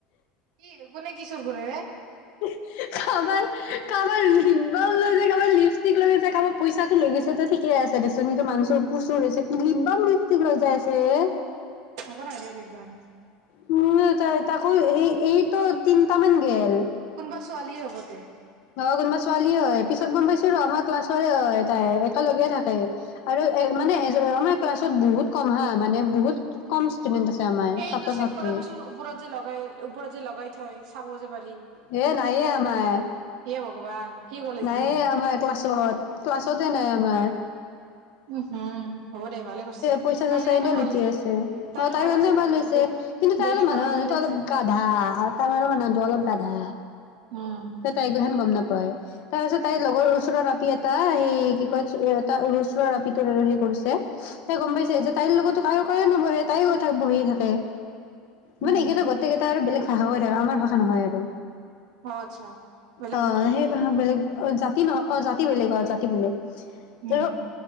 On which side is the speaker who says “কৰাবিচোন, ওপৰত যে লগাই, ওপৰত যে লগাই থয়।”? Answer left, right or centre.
Right